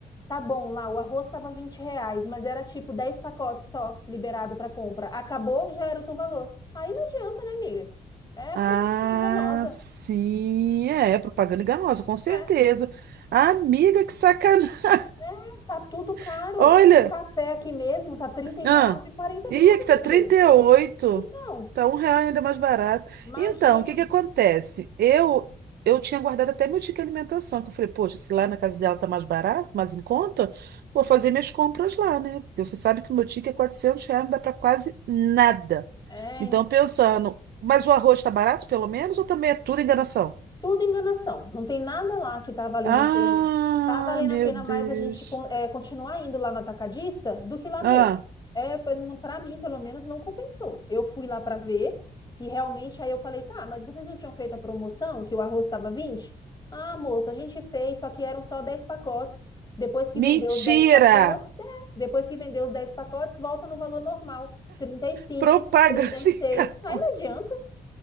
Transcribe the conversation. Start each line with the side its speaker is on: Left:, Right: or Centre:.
Left: Tá bom, lá o arroz estava 20 reais, mas era tipo 10 pacotes só liberado para compra. Acabou, já era o teu valor. Aí não adianta, né, amiga? É
Right: Ah,
Left: promoção enganosa.
Right: sim, é, propaganda enganosa, com certeza.
Left: É,
Right: Amiga, que sacanagem.
Left: é, tá tudo caro.
Right: <laughs> Olha,
Left: O café aqui mesmo tá trinta e
Right: ah,
Left: nove 40 reais
Right: ia que tá
Left: o quilo.
Right: trinta e oito
Left: Então,
Right: tá um real ainda mais barato.
Left: imagina.
Right: Então, o que que acontece? Eu eu tinha guardado até meu ticket de alimentação, que eu falei, poxa, se lá na casa dela tá mais barato, mais em conta, vou fazer minhas compras lá, né? Porque você sabe que o meu ticket é 400 reais, não dá pra quase nada.
Left: É,
Right: Então, pensando, mas o arroz tá barato, pelo menos, ou também é tudo enganação?
Left: Tudo enganação. Não tem nada lá que tá valendo
Right: Ah,
Left: a pena. Tá valendo
Right: meu
Left: a pena
Right: Deus.
Left: mais a gente con- é, continuar indo lá no atacadista do que lá
Right: Ah,
Left: nele. É, para mim, pelo menos, não compensou. Eu fui lá para ver e realmente aí eu falei, tá, mas vocês não tinham feito a promoção que o arroz estava vinte Ah, moça, a gente fez, só que eram só dez pacotes. Depois que vendeu
Right: mentira!
Left: os 10 pacotes, é, depois que vendeu os 10 pacotes, volta no valor normal, trinta trinta e cinco
Right: Propaganda
Left: trinta
Right: <laughs>
Left: e seis
Right: em cartão.
Left: Mas não adianta.